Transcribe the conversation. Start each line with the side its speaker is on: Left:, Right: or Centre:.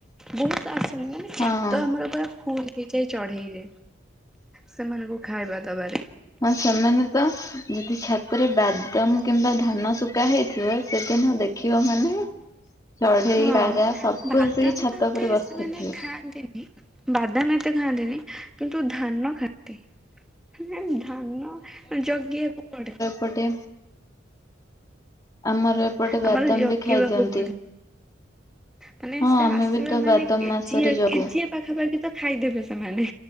Centre: ବହୁତ ଆସନି ମାନେ ଛାତ
Left: ହଁ।
Centre: ଆମର ପୁରା ଫୁଲ। ହେଇଯାଏ ଚଢେଇରେ ସେମାନଙ୍କୁ ଖାଇବା ଦବାରେ।
Left: ହଁ ସେମାନେ ତ ଯଦି ଛାତରେ ବାଦାମ କିମ୍ବା ଧାନ ଶୁଖା ହେଇଥିବ ସେଦିନ ଦେଖିବ ମାନେ ଚଢେଇ
Centre: ହଁ
Left: ପାରା ସବୁ
Centre: ବାଦାମ
Left: ଆସିକି ଛାତ
Centre: ତ ଏତେ
Left: ଉପରେ ବସି
Centre: ସେମାନେ
Left: ପଡିଥିବେ।
Centre: ଖାଆନ୍ତିନି। ବାଦାମ ଏତେ ଖାଆନ୍ତିନି କିନ୍ତୁ ଧାନ ଖାଆନ୍ତି। କେଜାଣି ଧାନ ଜଗିବାକୁ ପଡେ।
Left: ପଟେ। ଆମର ଏପଟେ
Centre: ଆମର
Left: ବାଦାମ
Centre: ଜଗିବାକୁ
Left: ବି ଖାଇଦିଅନ୍ତି।
Centre: ପଡେ। ମାନେ
Left: ହଁ
Centre: ସେ
Left: ଆମେ
Centre: ଆସିବେ
Left: ବି ତ
Centre: ମାନେ
Left: ବାଦମ
Centre: କେଜିଏ
Left: ମାସରେ ଜଗୁ।
Centre: କେଜିଏ ପାଖାପାଖି ତ ଖାଇଦେବେ ସେମାନେ।